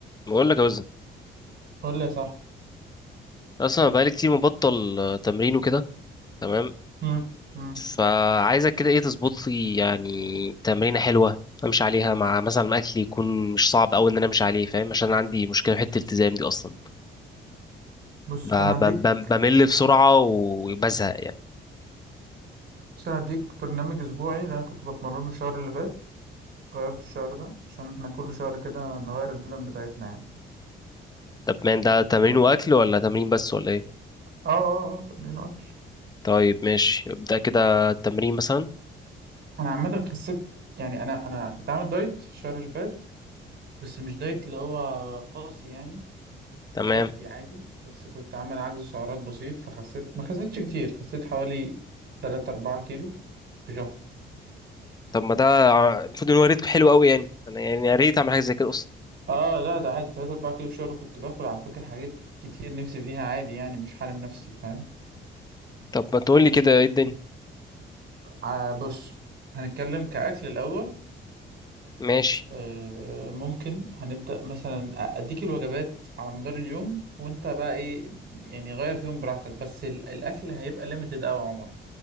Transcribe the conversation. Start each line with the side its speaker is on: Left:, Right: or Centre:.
Left: بقول لك يا وزن
Right: قول لي صح
Left: اصلا بقالي كتير مبطل آه، تمرين وكده تمام
Right: مم. مم.
Left: فعايزك كده ايه تظبط لي يعني تمرينه حلوه امشي عليها مع مثلا اكل يكون مش صعب قوي ان انا امشي عليه فاهم عشان أنا عندي مشكله في حته الالتزام دي اصلا
Right: بص
Left: ب-
Right: انا هديك
Left: ب- ب- بمل بسرعه وبزهق يعني
Right: بس أنا هديك برنامج اسبوعي اللي انا كنت بتمرنه الشهر اللي فات بس غيرته الشهر ده عشان احنا كل شهر كده نغير البلان بتاعتنا يعني
Left: طب مان ده تمرين
Right: ف اه
Left: واكل ولا تمرين بس ولا ايه
Right: اه اه تمرين اكل
Left: طيب ماشي ابدا كده التمرين مثلا
Right: انا عامه خسيت يعني انا انا كنت عامل دايت الشهر اللي فات بس مش دايت اللي هو قاسي يعني
Left: تمام
Right: براحتي عادي بس كنت عامل عجز سعرات بسيط فخسيت ما خسيتش كتير خسيت حوالي 3 4 كيلو في شهر
Left: طب ما ده ع- المفروض ان هو ريت حلو قوي يعني انا يعني يا ريت اعمل حاجه زي كده اصلا
Right: اه لا ده عادي 3 4 كيلو في الشهر كنت باكل على فكرة حاجات كتير نفسي فيها عادي يعني مش حارم نفسي فاهم
Left: طب ما تقول لي كده ايه الدنيا
Right: آه بص هنتكلم كأكل الأول
Left: ماشي
Right: آه، ممكن هنبدأ مثلا أديك الوجبات على مدار اليوم وأنت بقى إيه يعني غير فيهم براحتك بس ال- الأكل هيبقى ليميتد أوي يا عمر